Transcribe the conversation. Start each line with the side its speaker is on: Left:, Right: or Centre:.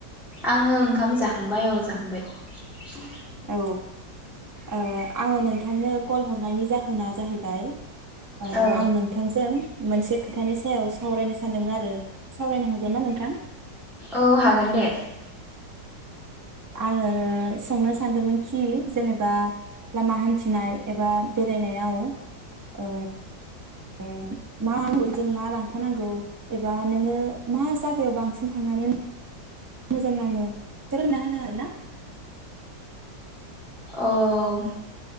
Centre: आंङो ओंखाम जाखांबाय औ जाखांबाय लांदां
Right: औ ओ आंङो नोंथांनो कल हर नायनि जाहोना जाहैबाय ओ
Centre: औ
Right: आं नोंथांजों मोनसे खोथानि सायाव सावरायनो सानदोंमोन आरो सावरायनो हागोन ना नोंथां?
Centre: औ हागोन दे।
Right: आंङो सोंनो सानदोंमोनखि जेनेबा लामा हान्थिनाय एबा बेरायनायाव ओ ओ मा आंगुरजों मा लांफानांगौ एबा नोङो मा जायगायाव बांसिन थांनानै मोजां नाङो फोरमना होनो हागोन ना?
Centre: ओं